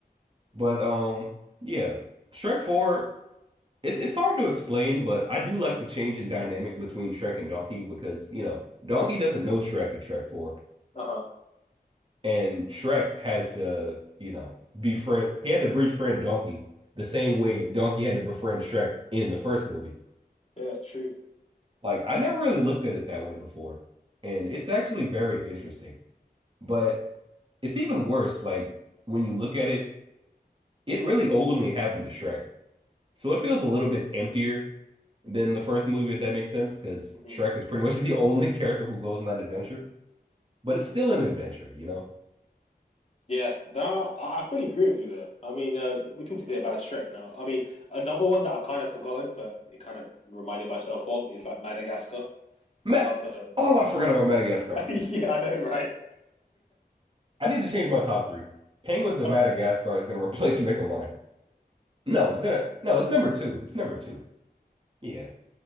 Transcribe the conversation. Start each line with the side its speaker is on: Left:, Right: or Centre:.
Right: But um yeah, Shrek 4 it's it's hard to explain, but I do like the change in dynamic between Shrek and Donkey because, you know, Donkey doesn't know Shrek in Shrek 4
Left: uh huh,
Right: and Shrek had to, you know, befriend he had to befriend Donkey the same way Donkey had to befriend Shrek in the first movie.
Left: yeah, it's true.
Right: Like I never really looked at it that way before. And it's actually very interesting. But it's even worse, like when you look at it, it really only happened to Shrek. So it feels a little bit emptier than the first movie, if that makes sense, because
Left: hmm
Right: Shrek is pretty <laughs> much the only character who goes on that adventure. But it's still an adventure, you know?
Left: Yeah, that I I fully agree with you there. I mean, uh, we talked a bit about Shrek now. I mean, another one that I've kind of forgotten, but it kind of reminded myself of is like Madagascar.
Right: Ma-
Left: I love uh,
Right: oh, I forgot about Madagascar.
Left: <laughs> yeah, I know, right?
Right: I need to change my top three. Penguins of
Left: Okay.
Right: Madagascar is gonna <laughs> replace Megamind. No, it's gonna no, it's number two. It's number two. Yeah,